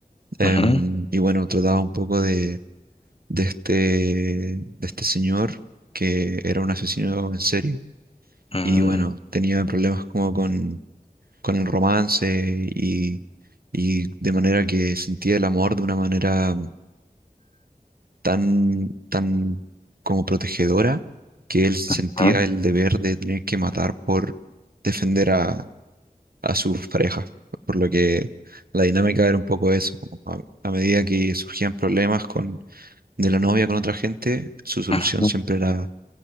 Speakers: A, on the right; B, on the left.
A: Em,
B: ujú,
A: y bueno, trataba un poco de, de este, de este señor que era un asesino en serie.
B: mm,
A: Y bueno, tenía problemas como con, con el romance y, y de manera que sentía el amor de una manera tan, tan como protegedora que él sentía
B: ujú,
A: el deber de tener que matar por defender a, a sus parejas. Por lo que la dinámica era un poco eso. como A, a medida que surgían problemas con, de la novia con otra gente, su solución
B: un
A: siempre era,